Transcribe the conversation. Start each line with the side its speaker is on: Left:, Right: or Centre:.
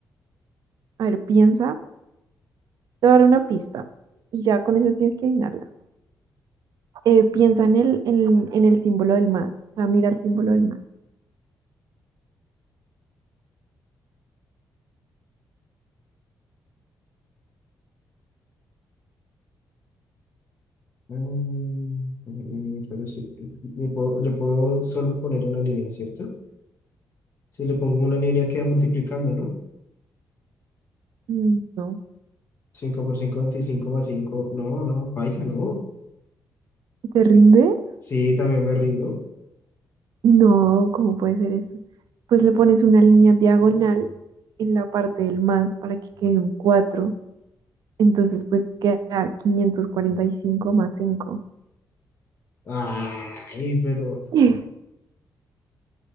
Right: A ver, piensa, te voy a dar una pista y ya con eso tienes que adivinarla. Eh, piensa en el, en, en el símbolo del más, o sea, mira el símbolo del más.
Left: Mm, mm, Pero sí, le puedo, le puedo solo poner una línea, ¿cierto? Si le pongo una línea queda multiplicando, ¿no?
Right: Mm, No,
Left: 5 por 5 25 más 5. No, no, baila, no.
Right: ¿te rindes?
Left: Sí, también me rindo.
Right: No, ¿cómo puede ser eso? Pues le pones una línea diagonal en la parte del más para que quede un 4. Entonces, pues queda 545 más cinco.
Left: Ay, pero...
Right: <laughs>